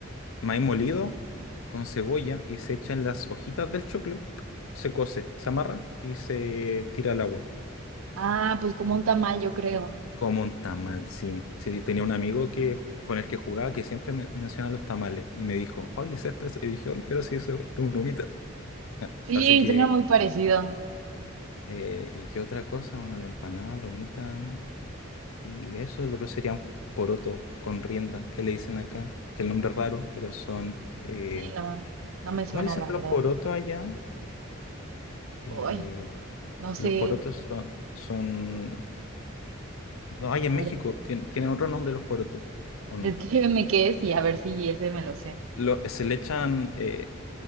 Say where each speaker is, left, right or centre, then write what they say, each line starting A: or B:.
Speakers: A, on the left; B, on the right.
A: Maíz molido con cebolla y se echan las hojitas del choclo, se cose, se amarra y se tira al agua.
B: Ah, pues como un tamal, yo creo.
A: Como un tamal, sí. Sí, tenía un amigo que, con el que jugaba que siempre me, menciona los tamales y me dijo, oye, es esto, eso?". Y dije, oye, pero sí, eso es una humita. Ah,
B: Sí,
A: Así que,
B: suena muy parecido.
A: eh, ¿y qué otra cosa? Bueno, la empanada, la humita y eso, lo otro sería un poroto con rienda, que le dicen acá, que el nombre es raro, pero son... eh,
B: Sí, no, no me
A: ¿cómo
B: suena
A: le dicen
B: la
A: a
B: verdad.
A: los porotos allá? Eh,
B: Uy, no sé.
A: los porotos son, son... No, hay
B: A
A: en
B: ver,
A: México, tien- tienen otro nombre los porotos,
B: <laughs>
A: ¿o
B: descríbeme
A: no?
B: qué es y a ver si ese me lo sé.
A: lo- se le echan, eh,